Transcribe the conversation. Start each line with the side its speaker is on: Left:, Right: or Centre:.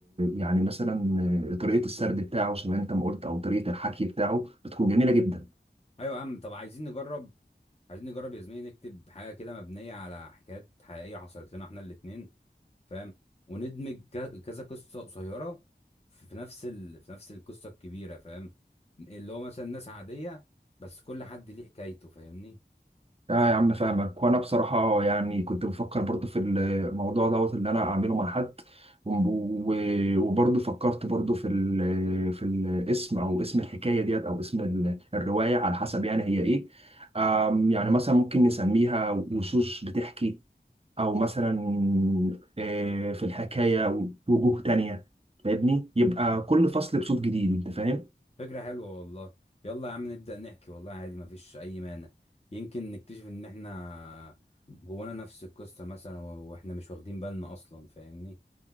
Right: يعني مثلا طريقه السرد بتاعه زي ما انت ما قلت او طريقه الحكي بتاعه بتكون جميله جدا
Left: ايوه يا عم طب عايزين نجرب عايزين نجرب يا زميلي نكتب حاجه كده مبنيه على حكايات حقيقيه حصلت لنا احنا الاثنين فاهم وندمج ك- كذا قصه قصيره في في نفس ال... في نفس القصه الكبيره فاهم اللي هو مثلا ناس عاديه بس كل حد ليه حكايته فاهمني
Right: اه يا عم فاهمك وانا بصراحه يعني كنت بفكر برضو في الموضوع دوت اللي انا اعمله مع حد و- و- وبرضو فكرت برضو في ال في الاسم او اسم الحكايه ديت او اسم ال- الروايه على حسب يعني هي ايه آم، يعني مثلا ممكن نسميها وشوش بتحكي او مثلا آه، في الحكايه وجوه تانية فاهمني يبقى كل فصل بصوت جديد انت فاهم
Left: فكره حلوه والله يلا يا عم نبدا نحكي والله عادي مفيش اي مانع يمكن نكتشف ان احنا جوانا نفس القصه مثلا و- واحنا مش واخدين بالنا اصلا فاهمني